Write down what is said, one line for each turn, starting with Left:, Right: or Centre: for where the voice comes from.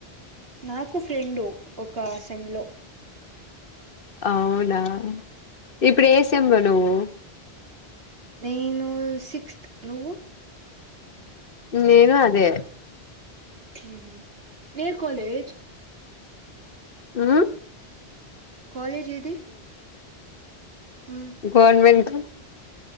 Right: నాకు ఫ్రెండు ఒక అసెంంలో
Left: అవునా ఇ ప్రేసం బనవు
Right: నేను సిక్స్త్ నువ్వు
Left: నేను అదే
Right: హ నేయర్ కాలేజ్
Left: ఆ
Right: కాలేజ్ ఏది ఉమ్
Left: గవర్మెంట్